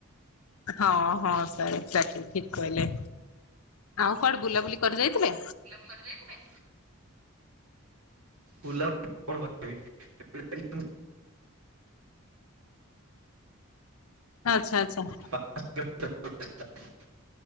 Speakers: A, on the left; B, on the right.
A: ହଁ ହଁ ସାରେ। ଚାଚୁ ଠିକ୍ କହିଲେ, ଆଉ କୁଆଡେ ବୁଲାବୁଲି କରି ଯାଇଥିଲେ?
B: କୁଆଡେ ଯାଇଥିଲେ? <unintelligible>
A: ଆଛା ଆଛା।
B: <unintelligible>